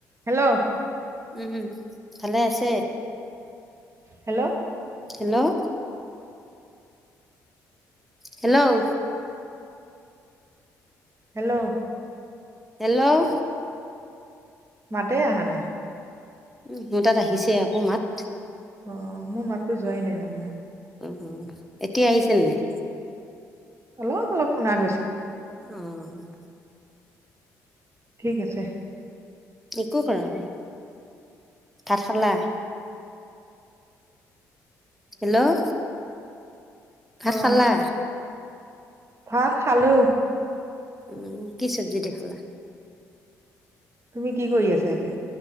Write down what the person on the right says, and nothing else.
hello,
hello
hello
মাতেই অহা নাই।
অ'হ, মোৰ মাতো যোৱাই নাই তাৰমানে
অলপ-অলপ শুনা গৈছে।
ঠিক আছে।
অ
ভাত খালোঁ।
তুমি কি কৰি আছা এতিয়া?